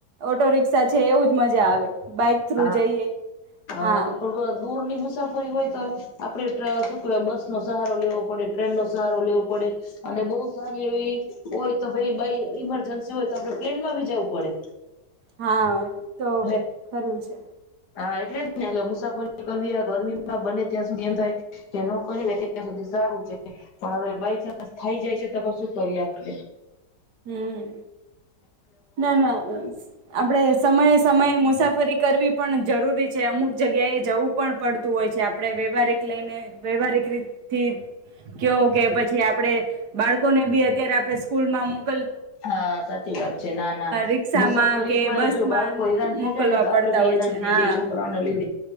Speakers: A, on the right; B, on the left.
A: ઓટો રિક્શા છે, એવું જ મજા આવે બાઈક થ્રુ
B: હા
A: જઈએ
B: અ
A: હા
B: પર દૂર ની મુસાફરી હોય તો. આપડે બસ નો સહાય. સો લેવો પડે ટ્રેનનોો સહારો લેવો પડે અને બહુ સારી એવી હોય તો ભાઈ બા ઈમરજન્સી હોય તો આપડે પ્લેનમાં ભી જવું પડે.
A: હા તો
B: એટલે
A: ખરું છે.
B: હા એટલે જ ને એટ મુસાફરી કરવી ગરમીમાં બને ત્યાં સુધી એમ થાય કે નોકરીને ત્યાં સુધી સારું છે પણ હવે બાય ચાન્સ થાય જાય છે તો શું કરીએ આપણે.
A: હમ. ના ના આપડે સમયે સમયે મુસાફરી કરવી. પણ. જરૂરી છે અમુક જગ્યાએ. જવું પણ પડતું હોય છે આપણે વ્યવહારિક લઈને વ્યવહારિક રીતથી કયો કે પછી આપણે બાળકોને બી અત્યારે આપણે સ્કૂલમાં મુક.
B: હા સાચી વાત છે ના ના
A: રિક્ષામાં
B: મુસાફરી
A: કે
B: માં
A: બસમાં
B: જો બાળકો હેરાન થઈ
A: મોકલવા
B: જાય ને તો આપડે
A: પડતા
B: ભી
A: હોય
B: હેરાન
A: છે
B: થઈ
A: હા
B: જાય છોકરાઓને લીધે